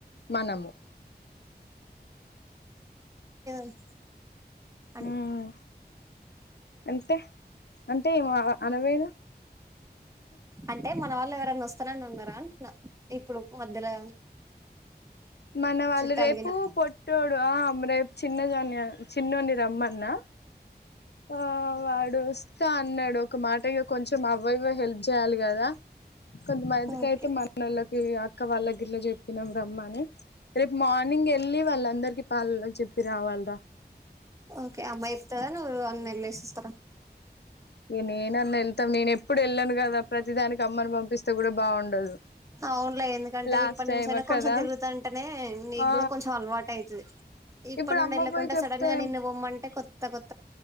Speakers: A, on the left; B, on the right.
A: మనము
B: ఉహ్ అను
A: మ్మ్ అంతే అంటే ఇంగా అనకూడదు
B: అంటే మన వాళ్ళు ఎవరన్నా వస్తారని అన్నారా అంటున్నా ఇప్పుడు మధ్యలో
A: మన వాళ్ళు
B: చుట్టాలుగిన
A: రేపు పొట్టడు ఆ రేపు చిన్నగాని చిన్నొన్ని రమ్మన్న ఆ వాడు ఇస్తా అన్నాడు ఒక మాట ఇ కొంచెం అవయ హెల్ప్ చేయాలి కదా, కొంతమందికి
B: ఓకే
A: అయితే మన వాళ్ళకి అక్క వాళ్ళ గిట్లా చెప్పినమ్ రామ్మని. రేపు మార్నింగ్ వెళ్ళి వాళ్ళ అందరికి పాల్లకి చెప్పి రావాలరా
B: ఓకే అమ్మ ఇత్తాదా నువ్వూ ఒకదానివే ఎళ్ళెసి ఇస్తార
A: నిను ఎమన్నా హెల్ప్ నేను ఎప్పుడు వెళ్ళాను కదా ప్రతి దానికి అమ్మను పంపిస్త తొ కూడా బాగుండదు
B: అవునులే ఎందుకంటే
A: లాస్ట్
B: ఇప్పటి
A: టైమ్
B: నుంచైనా కొంచెం
A: కదా
B: తిరుగుతుంటేనే నీ
A: ఆ
B: కూడా కొంచెం అలవాటు అయితాది ఇప్పటి
A: ఇప్పుడు
B: నుండి
A: అమ్మ
B: ఎల్లకుంటే
A: పోయి చెప్తే
B: సడన్ గా నిన్ను పొమ్మంటే కొ తకొత్